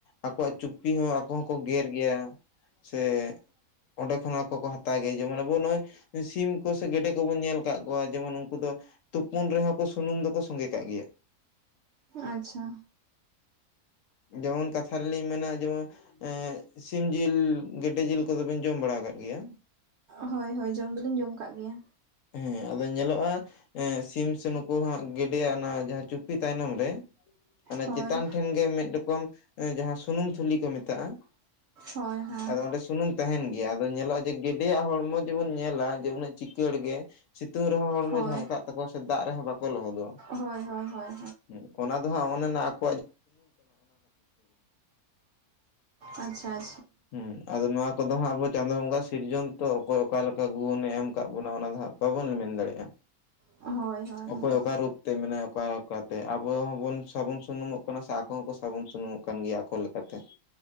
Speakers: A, on the left; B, on the right.
A: ᱟᱠᱚᱣᱟᱜ ᱪᱩᱯᱤ ᱦᱚᱸ ᱟᱠᱚ ᱦᱚᱸᱠᱚ ᱜᱮᱨ ᱜᱮᱭᱟ ᱥᱮ᱾ ᱚᱸᱰᱮ ᱠᱷᱚᱱ ᱟᱠᱚ ᱠᱚ ᱦᱟᱛᱟ ᱜᱮᱭᱟ ᱡᱮᱢᱚᱱ ᱟᱵᱚ ᱱᱚᱜᱚᱭ᱾ ᱥᱤᱢ ᱠᱚ ᱥᱮ ᱜᱮᱰᱮ ᱠᱚᱵᱚᱱ ᱧᱮᱞ ᱠᱟᱜ ᱠᱚᱣᱟ ᱡᱮᱢᱚᱱ ᱩᱱᱠᱩ ᱫᱚ, ᱛᱩᱯᱩᱱ ᱨᱮᱦᱚᱸ ᱠᱚ ᱥᱩᱱᱩᱢ ᱫᱚᱠᱚ ᱥᱚᱸᱜᱮ ᱠᱟᱜ ᱜᱮᱭᱟ᱾
B: ᱟᱪᱷᱟ᱾
A: ᱡᱮᱢᱚᱱ ᱠᱟᱛᱷᱟ ᱨᱮᱞᱤᱧ ᱢᱮᱱᱟ ᱡᱮᱢᱚᱱ ᱥᱤᱢ ᱡᱤᱞ ᱜᱮᱰᱮ ᱡᱤᱞ ᱠᱚᱫᱚᱵᱤᱱ ᱡᱚᱢ ᱵᱟᱲᱟ ᱠᱟᱜ ᱜᱮᱭᱟ?
B: ᱦᱳᱭ ᱦᱳᱭ ᱡᱚᱢ ᱫᱚᱞᱤᱧ ᱡᱚᱢ ᱟᱠᱟᱜ ᱜᱮᱭᱟ᱾
A: ᱦᱮᱸ ᱟᱫᱚ ᱧᱮᱞᱚᱜᱼᱟ ᱦᱮᱸ ᱥᱤᱢ ᱥᱮ ᱱᱩᱠᱩ ᱦᱟᱸᱜ ᱜᱮᱰᱮᱭᱟᱜ ᱚᱱᱟ ᱡᱟᱦᱟᱸ ᱪᱩᱯᱤ ᱛᱟᱭᱱᱚᱢ ᱨᱮ,
B: ᱦᱳᱭ
A: ᱪᱮᱛᱟᱱ ᱴᱷᱮᱱ ᱜᱮ ᱢᱤᱫ ᱨᱚᱠᱚᱢ ᱡᱟᱦᱟᱸ ᱥᱩᱱᱩᱢ ᱛᱷᱩᱞᱤ ᱠᱚ ᱢᱮᱛᱟᱜᱼᱟ᱾
B: ᱦᱳᱭ ᱦᱮᱸ
A: ᱟᱫᱚ ᱚᱸᱰᱮ ᱥᱩᱱᱩᱢ ᱛᱟᱦᱮᱱ ᱜᱮᱭᱟ ᱟᱫᱚ ᱧᱮᱞᱚᱜᱼᱟ ᱡᱮ ᱜᱮᱰᱮᱭᱟᱜ ᱦᱚᱲᱢᱚ ᱡᱮᱢᱚᱱ ᱧᱮᱞᱟ ᱡᱮ ᱩᱱᱟᱹᱜ ᱪᱤᱠᱟᱹᱲ ᱜᱮ᱾ ᱥᱤᱛᱩᱝ ᱨᱮ ᱦᱚᱸ ᱦᱚᱲᱢᱚ
B: ᱦᱳᱭ
A: ᱡᱷᱟᱞᱠᱟᱜ ᱛᱟᱠᱚᱣᱟ ᱥᱮ ᱫᱟᱜ ᱨᱮ ᱦᱚᱸ ᱵᱟᱠᱚ ᱞᱚᱦᱚᱫᱚᱜᱼᱟ
B: ᱦᱳᱭ ᱦᱳᱭ ᱦᱳᱭ
A: ᱦᱩ᱾ ᱚᱱᱟ ᱫᱚ ᱦᱟᱸᱜ ᱚᱱᱮ ᱱᱟ ᱟᱠᱚ
B: ᱟᱪᱷᱟ ᱟᱪᱷᱟ᱾
A: ᱦᱩᱸ ᱟᱫᱚ ᱱᱚᱣᱟ ᱠᱚ ᱫᱚ ᱦᱟᱸᱜ ᱟᱵᱚ ᱪᱟᱸᱫᱳ ᱵᱚᱸᱜᱟ ᱥᱤᱨᱡᱚᱱ ᱛᱚ ᱚᱠᱚᱭ ᱚᱠᱟ ᱞᱮᱠᱟ ᱜᱩᱱᱮ ᱮᱢ ᱠᱟᱫ ᱵᱚᱱᱟ ᱚᱱᱟ ᱫᱚ ᱦᱟᱸᱜ ᱵᱟᱵᱚᱱ ᱢᱮᱱ ᱫᱟᱲᱮᱜᱼᱟ
B: ᱦᱳᱭ ᱦᱳᱭ
A: ᱚᱠᱚᱭ
B: ᱦᱳᱭ
A: ᱚᱠᱟ ᱨᱩᱯ ᱛᱮ ᱢᱮᱱᱟᱭᱟ ᱚᱠᱟ ᱚᱠᱟᱛᱮ ᱟᱵᱚ ᱦᱚᱸ ᱵᱚᱱ ᱥᱟᱵᱚᱱ ᱥᱩᱱᱩᱢᱚᱜ ᱠᱟᱱᱟ ᱥᱮ ᱟᱠᱚ ᱦᱚᱸ ᱠᱚ ᱥᱟᱵᱚᱱ ᱥᱩᱱᱩᱢᱚᱜ ᱠᱟᱱ ᱜᱮᱭᱟ ᱟᱠᱚ ᱞᱮᱠᱟᱛᱮ᱾ <unintelligible>